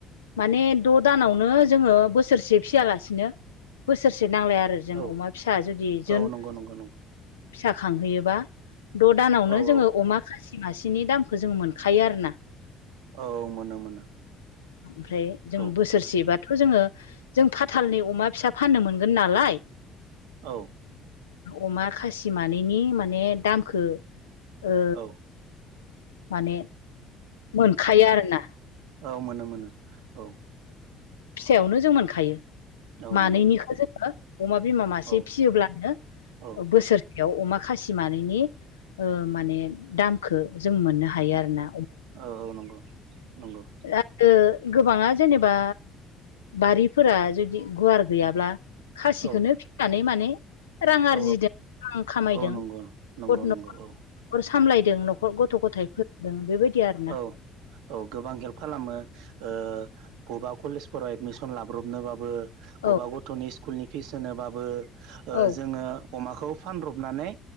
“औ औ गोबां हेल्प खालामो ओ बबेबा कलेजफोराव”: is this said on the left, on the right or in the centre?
Right